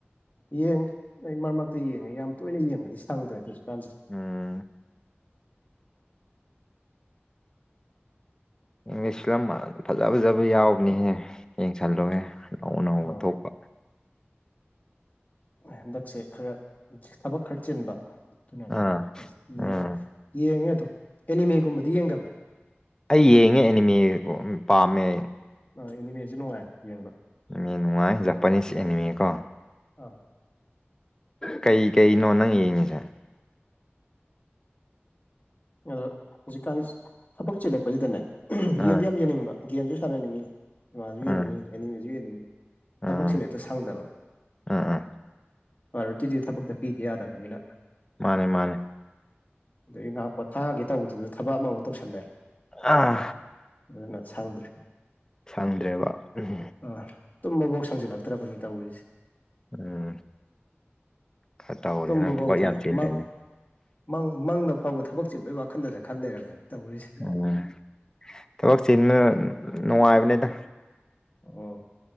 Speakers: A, on the left; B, on the left.
A: ꯌꯦꯡꯉ ꯑꯩ ꯃꯔꯛ ꯃꯔꯛꯇ ꯌꯦꯡꯉꯦ ꯌꯥꯝ ꯇꯣꯏꯅ ꯌꯦꯡꯕꯗꯤ ꯁꯪꯗ꯭ꯔꯦ ꯍꯧꯖꯤꯛꯀꯥꯟꯁꯦ
B: ꯎꯝ ꯏꯪꯂꯤꯁꯤꯂꯝ ꯐꯖ ꯐꯖꯕ ꯌꯥꯎꯕꯅꯤꯍꯦ ꯌꯦꯡꯁꯜꯂꯋꯦ ꯑꯅꯧ ꯑꯅꯧꯕ
A: ꯑꯧ
B: ꯊꯣꯛꯄ
A: ꯍꯟꯗꯛꯁꯦ ꯈꯔ ꯊꯕꯛ ꯈꯔ ꯆꯤꯟꯕ ꯑꯗꯨꯅꯅꯤ
B: ꯑꯥ
A: ꯑꯩꯁ ꯌꯦ
B: ꯑꯥ
A: ꯌꯦꯡꯉꯦ ꯑꯗꯝ ꯑꯦꯅꯤꯃꯦꯒꯨꯝꯕꯗꯤ ꯌꯦꯡꯕ꯭ꯔꯥ
B: ꯑꯩ ꯌꯦꯡꯉꯦ ꯑꯦꯅꯤꯃꯦ ꯄꯥꯝꯃꯦ
A: ꯑꯦꯅꯤꯃꯦꯁꯤ ꯅꯨꯡꯉꯥꯏ ꯌꯦꯡꯕ
B: ꯃꯤꯦꯟ ꯋꯥꯥꯏ ꯖꯄꯅꯤꯁ ꯑꯦꯅꯤꯃꯤꯀꯣ
A: ꯑꯥ
B: ꯀꯩ ꯀꯩꯅꯣ ꯅꯪ ꯌꯦꯡꯉꯤꯁꯦ
A: ꯑꯗꯣ ꯍꯧꯖꯤꯛꯀꯥꯟ ꯊꯕꯛ ꯆꯤꯜꯂꯛꯄꯁꯤꯗꯅꯦ
B: ꯑꯥ
A: ꯒꯦꯝꯗ ꯌꯥꯝ ꯌꯦꯡꯅꯤꯡꯕ ꯒꯦꯝꯖꯨ ꯁꯥꯟꯅꯅꯤꯡꯉꯤ ꯁꯤꯃꯥꯖꯨ
B: ꯑꯥ
A: ꯌꯦꯡꯅꯤꯡꯉꯤ ꯑꯦꯅꯤꯃꯦꯖꯨ ꯌꯦꯡꯅꯤꯡꯉꯤ ꯊꯥꯕꯛꯁꯤ
B: ꯑꯥ
A: ꯍꯦꯛꯇ ꯁꯪꯗꯕ
B: ꯑꯥ ꯑꯥ
A: ꯄꯥꯥꯏꯔꯣꯇꯤꯗꯤ ꯊꯕꯛꯇ ꯄꯤꯗ ꯌꯥꯗꯕꯅꯤꯅ
B: ꯃꯥꯅꯦ ꯃꯥꯅꯦ
A: ꯑꯗꯩ ꯉꯥꯛ ꯄꯣ ꯊꯥꯒꯦ ꯇꯧꯕꯗꯨꯖꯨ ꯊꯕꯛ ꯑꯃꯃꯨꯛ ꯇꯧꯁꯜꯂꯦ
B: ꯑꯥ
A: ꯑꯗꯨꯅ ꯁꯪꯗ꯭ꯔꯦ
B: ꯁꯪꯗ꯭ꯔꯦꯕ ꯎꯝ
A: ꯑꯥ ꯇꯨꯝꯕꯕꯨꯛ ꯁꯪꯖꯜꯂꯛꯇ꯭ꯔꯕꯅꯤ ꯇꯧꯔꯤꯁꯦ
B: ꯎꯝ ꯈꯔ ꯇꯧꯔꯦ
A: ꯇꯨꯝꯕꯕꯧ
B: ꯅꯪ ꯊꯕꯛ
A: ꯇꯅꯦ
B: ꯌꯥꯝ ꯆꯤꯜꯂꯦꯅꯦ
A: ꯑꯃ ꯃꯪ ꯃꯪꯗ ꯐꯥꯎꯕ ꯊꯕꯛ ꯆꯤꯟꯕꯒꯤ ꯋꯈꯜꯗꯗ ꯈꯜꯂꯩꯔꯕꯅꯤ ꯇꯧꯔꯤꯁꯦ
B: ꯎꯝ ꯊꯕꯛ ꯆꯤꯟꯕ ꯅꯨꯡꯉꯥꯏꯕꯅꯤꯗ
A: ꯑꯣ